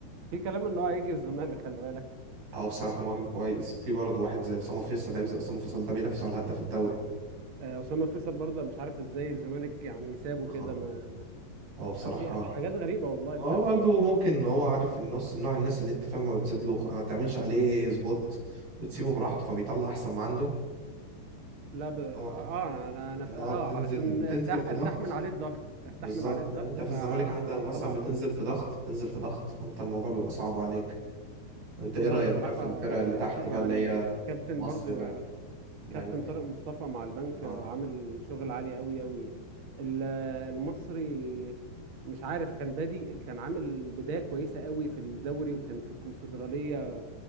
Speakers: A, on the right; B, on the right.
A: في كلام ان هو هيجي الزمالك خلي بالك
B: اه بصراحه مهاجم كويس في برضه واحد زي اسامه فيصل لاعب زي اسامه فيصل ده بينافس على هداف الدوري
A: آه، اسامه فيصل برضه مش عارف ازاي الزمالك يعني سابه
B: اه
A: كده ما
B: هو بصراحه
A: آه، في في حاجات غريبه والله بتحصل
B: هو برضه ممكن إن هو عارف النص نوع الناس اللي انت فاهمه وتسيب له ما تعملش عليه سبوت وتسيبه براحته فبيطلع احسن ما عنده
A: لا ب... اه
B: هو ك-
A: انا انا أنا
B: ان
A: ف... اه
B: هو بتنزل
A: علشان
B: بتنزل
A: ارتاح
B: في
A: ارتاح
B: ضغط
A: من عليه الضغط ارتاح
B: بالظبط
A: من عليه الضغط
B: يعني انت
A: فبيطلع
B: في الزمالك عندك مثلا
A: اللي
B: بتنزل
A: عنده
B: في ضغط بتنزل في ضغط فانت الموضوع بيبقى صعب عليك انت ايه
A: لا
B: رأيك
A: وبصراحه
B: بقى في الفرق اللي تحت
A: ك... يعني
B: بقى اللي هي
A: كابتن
B: مصري
A: برضه
B: بقى البنك
A: كابتن طارق مصطفى مع البنك
B: اه
A: عامل شغل عالي قوي قوي ال- المصري مش عارف كان بادي كان عامل بداية كويسة قوي في الدوري وكان في الكونفدرالية